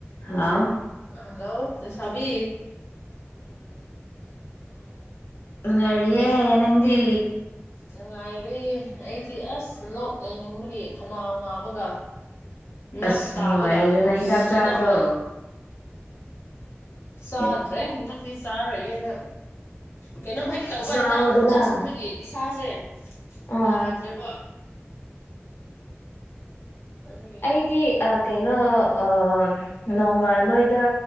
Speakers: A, on the left (about 55°); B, on the left (about 80°).
A: hello
B: ꯍꯜꯂꯣꯦ ꯁꯕꯤ
A: ꯑꯉꯔꯤꯦ ꯅꯪꯗꯤ
B: ꯅꯨꯡꯉꯥꯏꯔꯦ ꯑꯩꯗꯤ ꯑꯁ ꯂꯣꯛ ꯂꯩꯅꯤꯡꯕꯒꯤ ꯈꯅꯥꯎ ꯅꯥꯕꯒ ꯅꯞ
A: ꯑꯁ
B: ꯇꯥꯕꯒ
A: ꯂꯣꯏꯔꯦꯗ ꯅꯪ ꯍꯤꯗꯥꯛ
B: ꯁꯤꯗꯧꯔꯦ
A: ꯆꯥꯗ꯭ꯔꯣ
B: ꯁꯥ꯭ꯔꯦ
A: ꯍꯤꯠ
B: ꯐ ꯆꯥꯔꯏꯌꯦꯅ ꯀꯩꯅꯣꯝ ꯍꯦꯛ ꯇꯧꯕ
A: ꯆꯥꯎꯗꯅ
B: ꯍꯤꯗꯥꯛ ꯑꯗꯨꯝ ꯆꯥꯁꯤꯟꯕꯒꯤ ꯁꯥꯥꯁꯦ
A: ꯑꯥ
B: ꯌꯥꯗ꯭ꯔꯦꯕ ꯑꯗꯨꯒꯤ
A: ꯑꯩꯗꯤ ꯑ ꯀꯩꯅꯣ ꯑ ꯅꯣꯡꯃ ꯅꯣꯏꯗ